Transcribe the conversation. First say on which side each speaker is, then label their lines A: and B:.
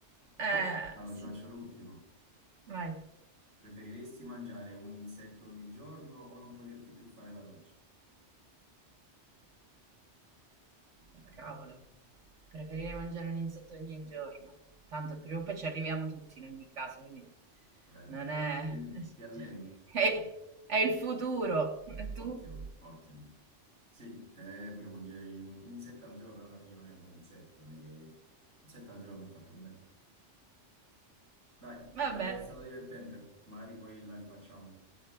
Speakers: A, on the right; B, on the right.
A: Eh,
B: Allora
A: sì,
B: ti faccio l'ultimo.
A: vai.
B: Preferiresti mangiare un insetto ogni giorno o non poterti più fare la doccia?
A: Oh,
B: Eh,
A: Cavolo, preferirei mangiare un insetto ogni giorno. Tanto prima o poi ci arriviamo tutti in ogni caso, quindi
B: vero.
A: Non è...
B: Quindi ti alleni.
A: è...
B: Eh.
A: è il futuro. E
B: Ottimo,
A: tu?
B: ottimo. Sì, eh, pure mangiare un, un insetto al giorno, alla fine non è un insetto, non è che... Un insetto al giorno è fatto bene. Dai,
A: Vabbè,
B: è stato divertente, magari poi la rifacciamo.